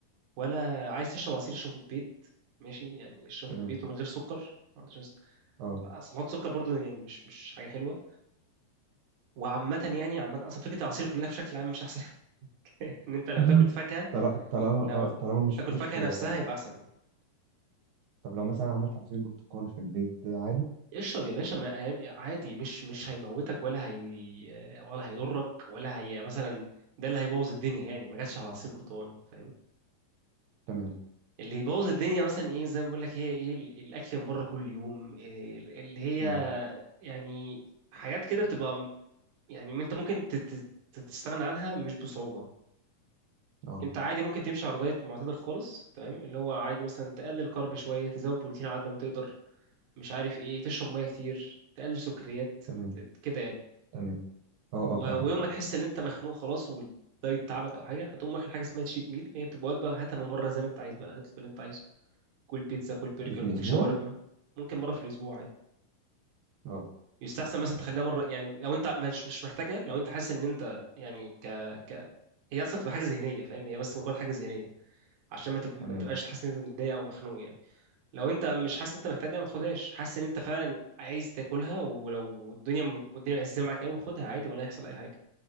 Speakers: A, on the right (about 70°); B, on the right (about 80°).
A: ولا عايز تشرب عصير اشربه في البيت ماشي يعني اشربه
B: تمام
A: في البيت ومن غير سكر ما عندوش ناس-
B: اه
A: اصل تحط سكر برضو يعني مش مش حاجه حلوه وعامه يعني عامه اصلا فكره العصير كلها بشكل عام مش احسن <laughs> ان انت لو
B: <laughs>
A: تاكل فاكهه
B: طال- طالما
A: لو
B: اه طالما مش
A: تاكل
B: فريش
A: فاكهه
B: آه،
A: نفسها يبقى احسن يعني
B: طب لو مثلا عملت عصير برتقال في البيت عادي
A: اشرب يا باشا ما عادي مش مش هيموتك ولا هي ولا هيضرك ولا هي مثلا ده اللي هيبوظ الدنيا يعني ما جاتش على عصير برتقال فاهم
B: تمام
A: اللي يبوظ الدنيا مثلا ايه زي ما بقول لك هي ايه ال- الاكل من بره كل يوم إيه ال- اللي هي
B: اه
A: يعني حاجات كده بتبقى م- يعني انت ممكن ت- ت- ت- تستغنى عنها مش بصعوبة
B: اه
A: انت عادي ممكن تمشي على دايت معتدل خالص تمام اللي هو عادي مثلا تقلل كارب شوية تزود بروتين على قد ما تقدر مش عارف ايه تشرب مية كتير تقلل سكريات
B: تمام
A: ت- كده يعني
B: تمام اه
A: و-
B: اه فاهمك
A: ويوم
B: فاهم
A: ما تحس ان انت مخنوق خلاص والدايت تعبك او حاجه هتقوم واخد حاجه اسمها تشيت ميل هي بتبقى وجبه هاتها من بره زي ما انت عايز بقى اطلب اللي انت عايزه كل بيتزا كل برجر
B: دي في الأسبوع
A: كل شاورما ممكن مره في الاسبوع عادي
B: اه
A: يستحسن مثلا تخليها مره يعني لو انت مش مش محتاجها لو انت حاسس ان انت يعني ك ك هي اصلا تبقى حاجه ذهنيه فاهم هي بس مجرد حاجه ذهنيه عشان ما تب- ما
B: تمام
A: تبقاش حاسس ان انت متضايق او مخنوق يعني لو انت مش حاسس ان انت محتاجها ما تاخدهاش حاسس ان انت فعلا عايز تاكلها ولو الدنيا الدنيا مأزمة معاك قوي خدها عادي ولا هيحصل اي حاجه